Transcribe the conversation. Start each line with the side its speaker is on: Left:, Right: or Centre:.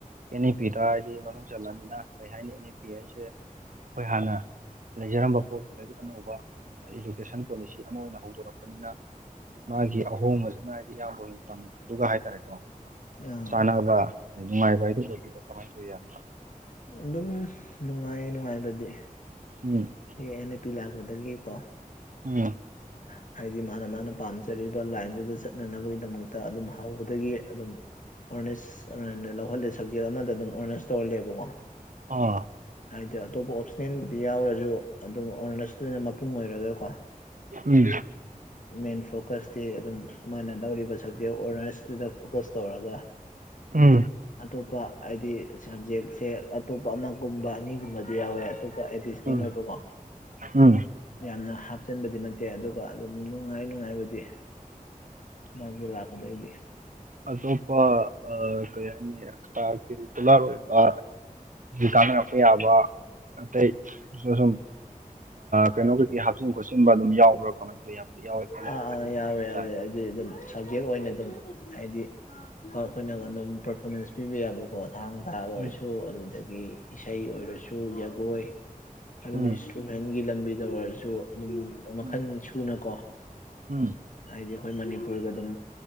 Right: ꯑꯦꯟ ꯑꯦ ꯄꯤꯗ ꯍꯥꯏꯗꯤ ꯃꯅꯨꯡ ꯆꯜꯂꯅꯤꯅ ꯀꯩ ꯍꯥꯏꯅꯤ ꯑꯦꯟ ꯑꯦ ꯄꯤ ꯍꯥꯏꯁꯦ ꯑꯩꯈꯣꯏ ꯍꯥꯟꯅ ꯂꯩꯖꯔꯝꯕ ꯄꯣꯠꯁꯤꯨꯗꯒꯤ ꯑꯅꯧꯕ ꯏꯗꯨꯀꯦꯁꯟ ꯄꯣꯂꯤꯁꯤ ꯑꯃ ꯑꯣꯏꯅ ꯍꯧꯗꯣꯔꯛꯄꯅꯤꯅ ꯃꯥꯒꯤ ꯑꯍꯣꯡꯕꯁꯤꯅ ꯍꯥꯏꯗꯤ ꯏꯌꯥꯝꯕ ꯑꯣꯏꯅ ꯇꯝꯗꯨ ꯍꯥꯏꯇꯥꯔꯦꯀꯣ
Left: ꯑꯥ ꯑꯥ
Right: ꯆꯥꯅꯕ ꯅꯨꯡꯉꯥꯏꯕ ꯍꯥꯏꯗꯨꯣ ꯑꯣꯏꯒꯗ꯭ꯔꯥ ꯀꯃꯥꯏꯅ ꯇꯧꯋꯤ ꯌꯥꯝꯕ
Left: ꯑꯗꯨꯝ ꯅꯨꯡꯉꯥꯏꯌꯦ ꯅꯨꯡꯉꯥꯏꯕꯗꯤ
Right: ꯎꯝ
Left: ꯑꯦ ꯑꯦꯟ ꯑꯦ ꯄꯤ ꯂꯥꯛꯄꯗꯒꯤ ꯀꯣ
Right: ꯎꯝ
Left: ꯍꯥꯏꯗꯤ ꯃꯥꯅ ꯃꯥꯅ ꯄꯥꯝꯖꯔꯤꯕ ꯂꯥꯏꯟꯗꯨꯗ ꯆꯠꯅꯅꯕꯒꯤꯗꯃꯛꯇ ꯑꯗꯨꯝ ꯍꯧꯕꯗꯒꯤ ꯑꯗꯨꯝ ꯑꯣꯔꯅꯦꯁ ꯂꯧꯍꯜꯂꯦ ꯁꯕꯖꯦꯛ ꯑꯃꯗ ꯑꯗꯨꯝ ꯑꯣꯔꯅꯦꯁ ꯇꯧꯍꯜꯂꯦꯕꯀꯣ
Right: ꯑꯥ
Left: ꯍꯥꯏꯗꯤ ꯑꯇꯣꯞꯄ ꯑꯣꯞꯁꯅꯦꯦꯟꯕꯨꯗꯤ ꯌꯥꯎꯔꯁꯨ ꯑꯗꯨꯝ ꯑꯣꯅꯔꯁꯇꯅ ꯃꯄꯨꯡ ꯑꯣꯏꯔꯒꯀꯣ
Right: ꯎꯝ
Left: ꯃꯦꯟ ꯐꯣꯀꯁꯇꯤ ꯑꯗꯨꯝ ꯃꯥꯅ ꯂꯧꯧꯔꯤꯕ ꯁꯕꯖꯦꯛ ꯑꯣꯔꯅꯔꯁꯇꯨꯗ ꯐꯣꯀꯁ ꯇꯧꯔꯒ <inaudible>
Right: ꯎꯝ
Left: ꯑꯇꯣꯞꯄ ꯍꯥꯏꯗꯤ ꯁꯕꯖꯦꯛꯁꯦ ꯑꯇꯣꯞꯄ ꯑꯃꯒꯨꯝꯕ ꯑꯅꯤꯒꯨꯝꯕꯗꯤ ꯌꯥꯎꯋꯦ ꯑꯇꯣꯞꯄ ꯑꯣꯏꯕꯣ
Right: ꯎꯝ ꯎꯝ
Left: ꯌꯥꯝꯅ ꯍꯥꯞꯆꯟꯕꯗꯤ ꯅꯦ ꯂꯩꯠꯇꯦ ꯑꯗꯨꯒ ꯑꯗꯨꯝ ꯅꯨꯡꯉꯥꯏ ꯅꯨꯡꯉꯥꯏꯕꯗꯤ ꯃꯥꯒꯤ ꯂꯥꯛꯄꯗꯒꯤꯗꯤ
Right: ꯑꯇꯣꯞꯄ ꯀꯩ ꯍꯥꯏꯅꯤ ꯑꯦꯛꯁꯇ꯭ꯔꯥ ꯀꯦꯔꯤꯀꯨꯂꯔ ꯑꯣꯏꯕ ꯀꯥꯟꯅꯔꯛꯄ ꯌꯥꯕ ꯑꯇꯩ ꯁꯨꯝ ꯀꯩꯅꯣ ꯍꯥꯞꯆꯤꯟ ꯈꯣꯠꯆꯤꯟꯕ ꯑꯗꯨꯝ ꯌꯥꯎꯕ꯭ꯔꯥ ꯀꯃꯥꯏ ꯇꯧꯋ ꯌꯥꯝꯅꯗꯤ ꯌꯥꯎꯋꯦ ꯈꯜꯂꯦꯅ
Left: ꯑꯥ
Right: ꯍꯥꯏꯅꯈ꯭ꯔꯦ
Left: ꯑꯥ ꯌꯥꯎꯋꯦ ꯌꯥꯎꯋꯦ
Right: ꯍꯥꯏꯔꯦ
Left: ꯍꯥꯏꯗꯤ ꯑꯗꯨꯝ ꯁꯕꯖꯦꯛ ꯑꯣꯏꯅ ꯑꯗꯨꯝ ꯍꯥꯏꯗꯤ ꯑꯩꯈꯣꯏꯅ ꯑꯗꯨꯝ ꯄꯔꯐꯣꯔꯃꯦꯟꯁ ꯄꯤꯕ ꯌꯥꯕꯀꯣ ꯊꯥꯡ ꯊꯥ ꯑꯣꯏꯔꯁꯨ
Right: ꯎꯝ
Left: ꯑꯗꯨꯗꯒꯤ ꯏꯁꯩ ꯑꯣꯏꯔꯁꯨ ꯖꯒꯣꯏ ꯑꯗꯨꯝ
Right: ꯎꯝ
Left: ꯭ꯔꯨꯃꯦꯟꯒꯤ ꯂꯝꯕꯤꯗ ꯑꯣꯏꯔꯁꯨ ꯑꯗꯨꯝ ꯃꯈꯜ
Right: ꯎꯝ
Left: ꯁꯨꯅꯀꯣ
Right: ꯎꯝ
Left: ꯍꯥꯏꯗꯤ ꯑꯩꯈꯣꯏ ꯃꯅꯤꯄꯨꯔꯒ ꯑꯗꯨꯝ